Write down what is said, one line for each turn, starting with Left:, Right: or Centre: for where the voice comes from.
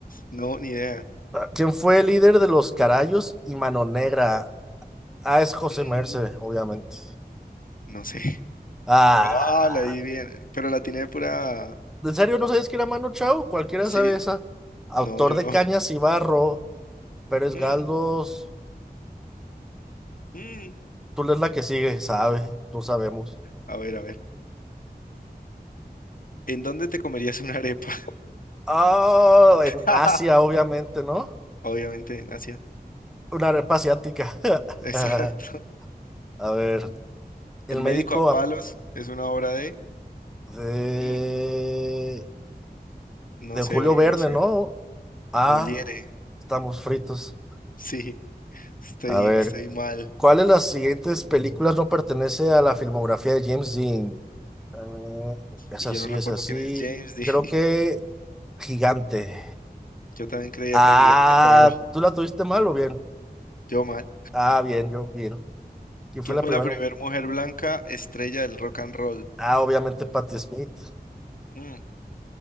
Left: no, ni idea.
Centre: Ah, ¿Quién fue el líder de los Carayos y Mano Negra? Ah, es José
Left: Mm,
Centre: Merced, obviamente.
Left: no sé.
Centre: Ah,
Left: Ah, la di bien, pero la tiene pura.
Centre: ¿en serio no sabes que era Mano Chao? Cualquiera
Left: Sí,
Centre: sabe esa. Autor
Left: no, yo
Centre: de
Left: no.
Centre: Cañas y Barro. Pérez
Left: Mm,
Centre: Galdós,
Left: mm.
Centre: tú lees la que sigue, sabe, no sabemos.
Left: A ver, a ver. ¿En dónde te comerías una arepa?
Centre: Ah, en
Left: <laughs>
Centre: Asia, obviamente, ¿no?
Left: Obviamente en Asia.
Centre: Una arepa asiática. <laughs>
Left: <laughs> Exacto.
Centre: A ver, el
Left: El
Centre: médico
Left: médico a palos
Centre: ap-
Left: es una obra de.
Centre: de,
Left: Mm, no
Centre: de
Left: sé,
Centre: Julio
Left: bro,
Centre: Verne,
Left: no sé.
Centre: ¿no? Ah,
Left: Moliere.
Centre: estamos fritos.
Left: Sí, estoy,
Centre: A ver,
Left: estoy mal.
Centre: ¿cuál de las siguientes películas no pertenece a la filmografía de James Dean? Ah, es
Left: Y
Centre: así,
Left: yo no recuerdo
Centre: es así.
Left: quién es James Dean.
Centre: Creo que
Left: <laughs>
Centre: Gigante.
Left: Yo también creía
Centre: Ah,
Left: que era gigante, pero no.
Centre: ¿tú la tuviste mal o bien?
Left: Yo mal.
Centre: Ah, bien, yo, bien. ¿Quién
Left: ¿Quién
Centre: fue la
Left: fue
Centre: primera?
Left: la primera mujer blanca estrella del rock and roll?
Centre: Ah, obviamente Patti Smith.
Left: Mm.